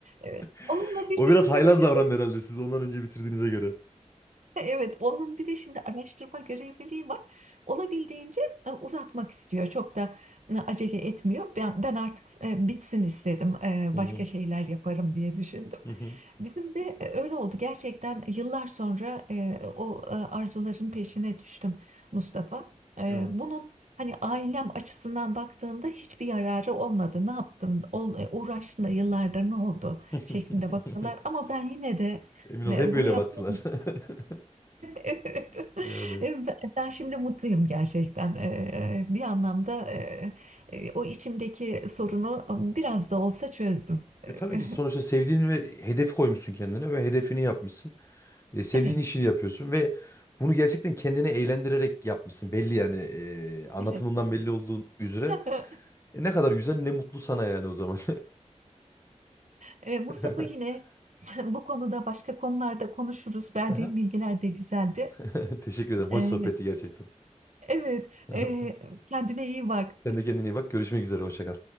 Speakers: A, on the right; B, on the left.
A: E,
B: <laughs>
A: onunla birbirimize
B: O biraz haylaz
A: böyle
B: davrandı herhalde siz ondan önce bitirdiğinize göre.
A: <laughs> Evet, onun bir de şimdi araştırma görevliliği var. Olabildiğince e, uzatmak istiyor. Çok da e, acele etmiyor. Ben, ben artık e, bitsin istedim. E,
B: Hı
A: Başka
B: hı.
A: şeyler yaparım diye düşündüm.
B: Hı hı.
A: Bizim de e, öyle oldu. Gerçekten yıllar sonra e, o e, arzuların peşine düştüm Mustafa. E,
B: Evet.
A: Bunun hani ailem açısından baktığında hiçbir yararı olmadı. Ne yaptın? Ol- e, Uğraştın da yıllardır ne oldu?
B: <laughs>
A: şeklinde bakıyorlar. Ama ben yine de
B: Emin ol
A: e,
B: hep
A: bunu
B: öyle
A: yaptım.
B: baktılar. <laughs>
A: Evet. <laughs>
B: Yani
A: E, Ben ben şimdi mutluyum gerçekten. Ee, e, Bir anlamda e, e, o içimdeki sorunu biraz da olsa çözdüm. Ee,
B: E tabii ki sonuçta sevdiğin ve hedef koymuşsun kendine ve hedefini yapmışsın. E, sevdiğin
A: Evet,
B: işini yapıyorsun ve bunu gerçekten kendini eğlendirerek yapmışsın. Belli yani e, anlatımından
A: evet.
B: belli olduğun üzere.
A: <laughs>
B: E, ne kadar güzel ne mutlu sana yani o zaman.
A: Ee, Mustafa
B: <laughs>
A: yine <laughs> bu konuda başka konularda konuşuruz. Verdiğim
B: Aha.
A: bilgiler de güzeldi.
B: <laughs> Teşekkür ederim. Hoş
A: Ee,
B: sohbetti gerçekten.
A: Evet,
B: <laughs>
A: e, kendine iyi bak.
B: Sen de kendine iyi bak. Görüşmek üzere. Hoşça kal.